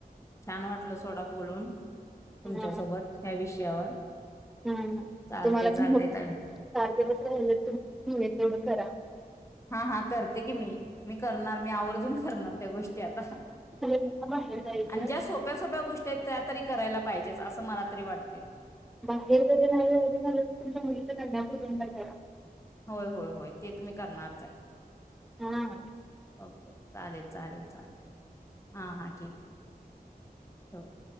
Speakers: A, on the left (about 15°); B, in the centre.
A: छान वाटलं सोडा बोलून. तुमच्यासोबत
B: हम
A: या विषयावर
B: हम
A: चालते
B: तुम्हाला
A: चालते
B: चार
A: ताई
B: दिवस राहिले तुम तेवढं करा
A: हा हा करते की मी मी करणार मी आवर्जून करणार त्या गोष्टी आता
B: बाहेर जायचं
A: आणि ज्या सोप्या सोप्या गोष्टी आहेत त्यातरी करायला पाहिजेच असं मला वाटते
B: बाहेर जर राला झा तुमच्या मुलीच कन्यापून का करा
A: होय होय होय ते तर मी करणारच आहे
B: हम्
A: ओके चालेल चालेल चालेल हा हा ठीक आहे होक